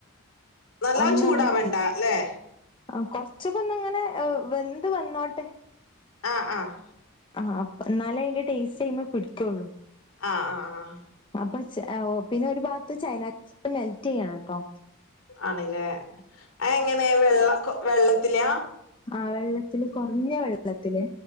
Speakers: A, on the left; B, on the left.
A: നല്ലോം
B: ഒന്ന്
A: ചൂടാവണ്ട
B: ഒന്ന്
A: അല്ലേ
B: ആഹ് കൊർച്ചൊന്ന്ങ്ങനെ വെന്ത് വന്നോട്ടെ
A: ആഹ് ആഹ്
B: ആഹ് അഹ് എന്നാലേ അതിന്റെ ടേസ്റ്റ് ഐമേ പിടിക്കൊള്ളു
A: ആഹ് ആഹ് ആഹ്
B: അപ്പം ചെ ഒഹ് പിന്നെ ഒരു ഭാഗത്ത് ചൈന മെൽറ്റിയ്യണട്ടോ
A: ആണ്ലേ അത് എങ്ങനെ വെള്ള കൊ വെള്ളത്തിലാ
B: ആഹ് വെള്ളത്തില് കൊറഞ്ഞ വെള്ളത്തില്